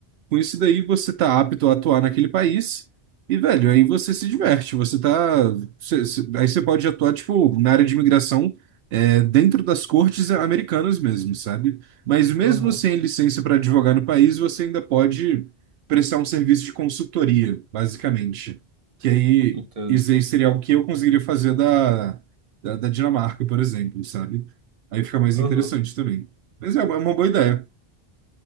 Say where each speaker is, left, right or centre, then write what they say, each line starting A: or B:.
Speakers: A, on the right (about 80°); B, on the right (about 35°).
A: Com isso daí você tá apto a atuar naquele país e, velho, aí você se diverte, você tá... cê- cê- aí você pode atuar, tipo, na área de imigração é, dentro das cortes americanas mesmo, sabe? Mas mesmo
B: aham,
A: sem licença para advogar no país, você ainda pode prestar um serviço de consultoria, basicamente. Que aí,
B: entendo.
A: isso aí seria algo que eu conseguiria fazer da, da, da Dinamarca, por exemplo, sabe? Aí fica mais
B: Aham,
A: interessante também. Mas é uma é uma boa ideia.